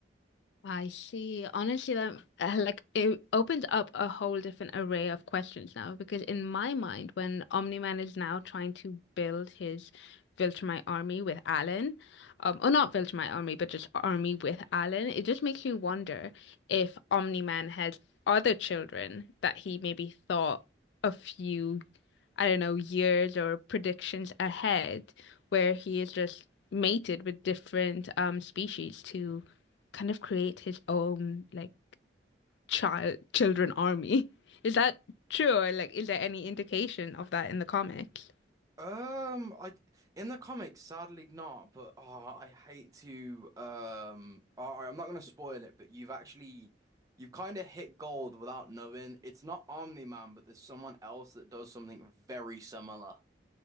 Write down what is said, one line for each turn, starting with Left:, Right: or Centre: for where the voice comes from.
Left: I see. Honestly, that uh, like it opens up a whole different array of questions now because in my mind, when Omni-Man is now trying to build his Viltrumite army with Alan, um, or not Viltrumite army, but just army with Alan, it just makes me wonder if Omni-Man has other children that he maybe thought a few I don't know, years or predictions ahead where he is just mated with different um species to kind of create his own like child children army. <laughs> Is that true? Or like is there any indication of that in the comics?
Right: Um, I in the comics, sadly not, but oh, I hate to um all right, I'm not gonna spoil it, but you've actually you've kind of hit gold without knowing. It's not Omni-Man, but there's someone else that does something very similar